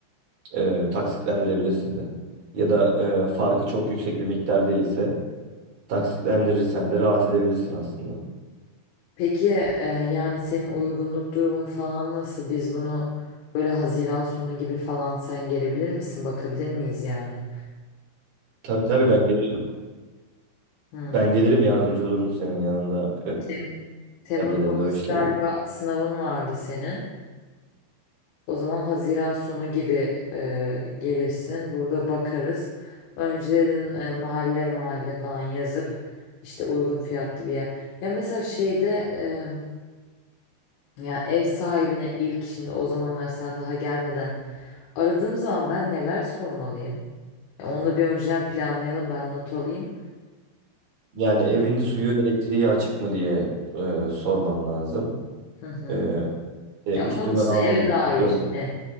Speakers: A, on the right (about 50°); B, on the left (about 75°).
A: E, taksitlendirebilirsin de. Ya da e, farkı çok yüksek bir miktar değilse Taksitlendirirsen de rahat edebilirsin aslında.
B: Peki e, yani senin uygunluk durumun falan nasıl? Biz bunu böyle Haziran sonu gibi falan sen gelebilir misin? Bakabilir miyiz yani?
A: Tabii tabii ben gelirim.
B: Hmm.
A: Ben gelirim yardımcı olurum senin yanında.
B: Tem- Temmuz
A: Ee, hallederiz
B: ortası
A: o işleri.
B: galiba sınavın vardı senin. O zaman Haziran sonu gibi e, gelirsin. Burada bakarız. Önceden e, mahalle mahalle falan yazıp işte uygun fiyatlı bir yer. Ya mesela şeyde e, ya ev sahibine ilk şimdi o zamanlar sen daha gelmeden aradığım zaman ben neler sormalıyım? Ya onu da bir önceden planlayalım ben not alayım.
A: Yani evin suyu elektriği açık mı diye e, sorman lazım.
B: Hı hı.
A: Ee, e,
B: Ya
A: üstüme
B: onun dışında
A: almam
B: eve
A: gerekiyor
B: dair.
A: mu?
B: ne?